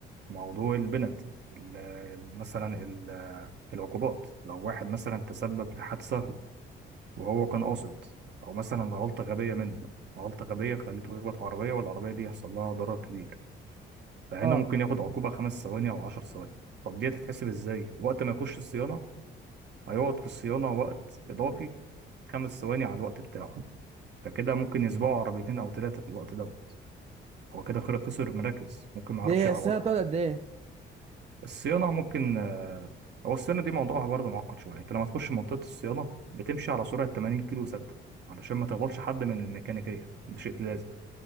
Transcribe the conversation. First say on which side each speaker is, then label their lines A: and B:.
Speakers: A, on the right; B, on the right.
A: موضوع البنالتي ال- ال- مثلا ال- آه، العقوبات لو واحد مثلا تسبب في حادثة وهو كان قاصد أو مثلا غلطة غبية منه غلطة غبية خليته يخبط عربية والعربية دي يحصل لها ضرر كبير فهنا
B: اه
A: ممكن ياخد عقوبة خمس ثواني أو عشر ثواني طب دي هتتحسب إزاي؟ وقت ما يخش الصيانة هيقعد في الصيانة وقت إضافي خمس ثواني على الوقت بتاعه فكده ممكن يسبقوا عربيتين أو ثلاثة في الوقت ده هو كده خير خسر مراكز ممكن ما يعرفش
B: دي هي
A: يعوضها
B: الصيانة بتقعد قد ايه
A: الصيانه ممكن آه، هو الصيانه دي موضوعها برضه معقد شويه انت لما تخش منطقه الصيانه بتمشي على سرعه 80 كيلو ثابته علشان ما تخبطش حد من الميكانيكيه ده شيء لازم